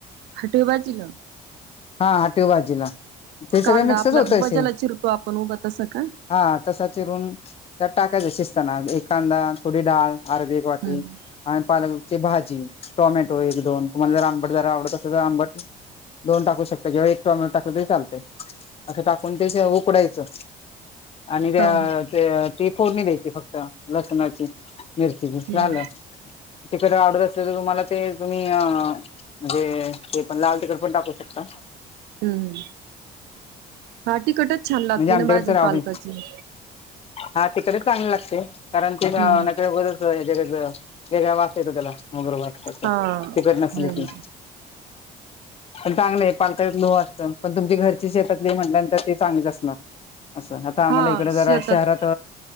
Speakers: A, on the right; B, on the left.
A: हटेबाजलं,
B: हा हटिव बाजीला. ते सगळ
A: कांदा
B: मिक्सच
A: आपला
B: होतये
A: बजाला चिरतो आपण उभा तसं का
B: हा, तसा चिरून त्या टाकायचशी असत ना एखांदा थोडी डाळ, अर्दी एक
A: हम्म
B: वाटी आणि पालकची भाजी टॉमॅटो, एक दोन तुमला अबट जरा आवडत असे तर अबट, दोन टाकू शकत जेव्हा एक टाकतो, ते चालते अस टाकून ते, उकडायचं आणि
A: हो हो
B: <unintelligible> फोडणी द्यायची फक्त, लसणाची, मिरचीची
A: हम्म
B: झालं. तिकट आवडत असते तर तुम्हाला, ते तुम्ही म्हणजे! ते पण लाल तिकड पण टाकू शकता.
A: हम्म हा तिखटच छान
B: म्हणजे
A: लागते
B: आमच्याकडे
A: ना भाजी
B: तर आवडेल
A: पलकची,
B: हा तिकडे चांगली लागते, कारण
A: हम्म
B: ते नक बघत असतच्याकडे. वेगळा वास येतो त्याला मोगर वाट
A: हा
B: तिकट नसली
A: हम्म
B: की. पण चांगले पालत्यात लोह असत पण तुमची घरची शेतातली म्हटल्यानंतर ते चांगलेच असत. असं आता आम्हाला
A: हा
B: इकडे जरा
A: शेतात
B: शहरात